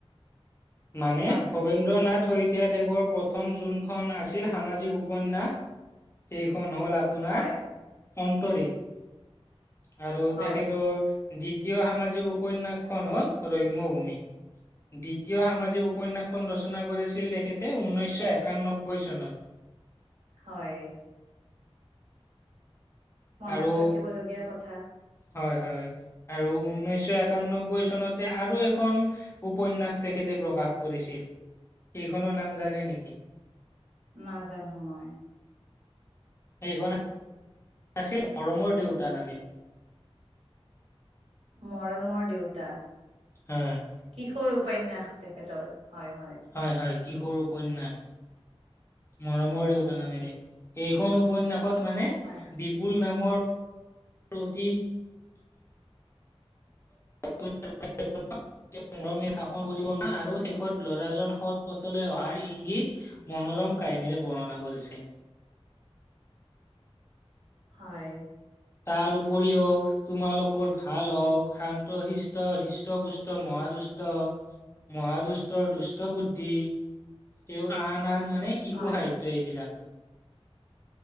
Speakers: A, on the left; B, on the right.
A: মানে
B: হয়,
A: ভবেন।
B: হয়,
A: ভবেন্দ্ৰ নাথ শইকীয়াদেৱৰ প্ৰথম জোনখন আছিল সামাজিক উপন্যাস। সেইখন হ'ল। আপোনাৰ,
B: হয়,
A: সন্তদ্বপ আৰু
B: হয়,
A: তেখেতৰ। দ্বিতীয় সামাজিক উপন্যাসখন হল ৰম্যভূমি। দ্বিতীয় সামাজিক উপন্যাসখন ৰচনা কৰিছিল তেখেতে ঊনৈছশ একাননব্বৈ চনত।
B: হয়। মনত
A: আৰু
B: ৰাখিবলগীয়া কথা।
A: হয় হয়, আৰু ঊনৈছশ একানব্বৈ চনতে আৰু এখন। উপন্যাস তেখেতে প্ৰকাশ কৰিছিল, এইখনৰ নাম। জানে নেকি।
B: নাজানো মই।
A: সেইখন, আছিল মৰমৰ দেউতাৰ নামেই।
B: মৰমৰ দেউতা।
A: হয়।
B: কিশোৰ উপন্যাস তেখেতৰ হয় হয়।
A: হয় হয় কিশোৰ উপন্যাস মৰমৰ দেউতা নামেৰে এইখন উপন্যাসত মানে
B: হয়
A: বিপুল নামৰ, অতি। <unintelligible> মৰমে শাসন কৰিব না আৰু শেষত ল'ৰাজন সৎ পথলে অহাৰ ইংগিত। মনোৰম কাহিনীৰে বৰ্ণনা কৰিছে।
B: হয়।
A: তাৰ উপৰিও তোমালোকৰ ভাল হওক শান্ ষ্ট শৃষ্ট ধৃষ্টপুষ্ট মহাদুষ্ট। মহা দুষ্টৰ দুষ্ট বুদ্ধি তেওঁৰ আন আন মানে শিশু
B: হয়
A: সাহিত্য এইবিলাক